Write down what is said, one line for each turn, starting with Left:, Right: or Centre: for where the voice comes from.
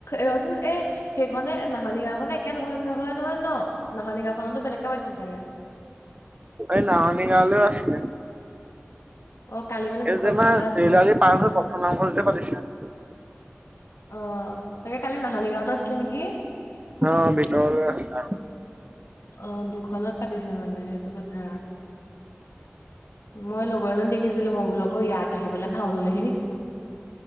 Left: ৰচোন এই সেইখনে নাহনি গাওখনে একে নহয় নহয় নহয় ন নাহনি গাওখনতো বেলেগকে পাতিছে চাগে?
Right: এই নাহনি গাঁৱলৈও আছিলে
Left: অ', কালি মানে দুখন
Right: এই যেনা
Left: ভাওনা আছিলে।
Right: ৰেলাৰি পাৰ হৈ প্ৰথম নামঘৰতে পাতিছিলে।
Left: অহ তাকে কালি নাহনি গাঁৱতো আছিলে নেকি?
Right: অহ ভিতৰলৈ আছিলে
Left: অহ দুখনত পাতিছে মানে সেইটো কথা মই লগৰজন দেখিছিলো মই বোলো আকৌ ইয়াত আহি পিনে ভাওনাহি নেকি